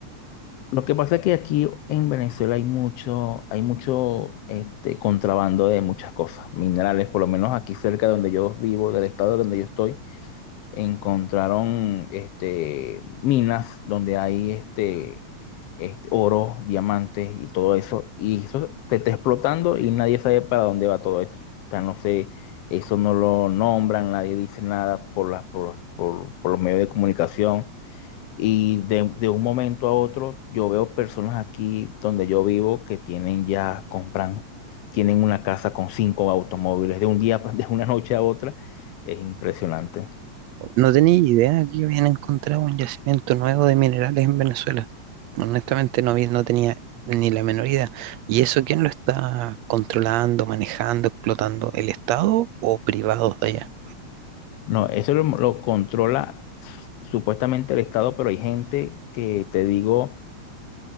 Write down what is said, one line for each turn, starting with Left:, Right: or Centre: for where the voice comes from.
Left: Lo que pasa es que aquí en Venezuela hay mucho, hay mucho este, contrabando de muchas cosas, minerales, por lo menos aquí cerca de donde yo vivo, del estado donde yo estoy encontraron este, minas donde hay este, este, oro, diamantes y todo eso. Y eso se está explotando y nadie sabe para dónde va todo eso. O sea, no sé, eso no lo nombran, nadie dice nada por las, por los, por, por los medios de comunicación. Y de, de un momento a otro, yo veo personas aquí donde yo vivo que tienen ya, compran, tienen una casa con cinco automóviles de un día, <laughs> pa- de una noche a otra. Es impresionante.
Right: No tenía idea que habían encontrado un yacimiento nuevo de minerales en Venezuela. Honestamente no, vi- no tenía ni la menor idea. ¿Y eso quién lo está controlando, manejando, explotando? ¿El Estado o privados de allá?
Left: No, eso lo, lo controla supuestamente el Estado, pero hay gente que te digo